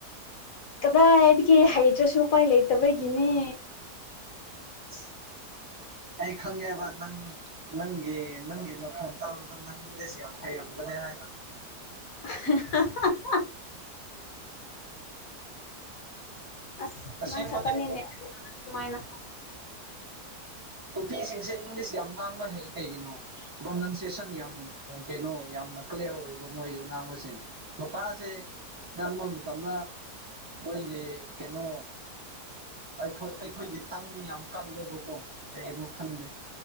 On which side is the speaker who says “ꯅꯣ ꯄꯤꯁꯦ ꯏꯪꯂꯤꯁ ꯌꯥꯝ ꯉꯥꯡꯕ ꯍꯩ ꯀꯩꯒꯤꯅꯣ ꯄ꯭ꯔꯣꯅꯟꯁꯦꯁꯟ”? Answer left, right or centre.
Right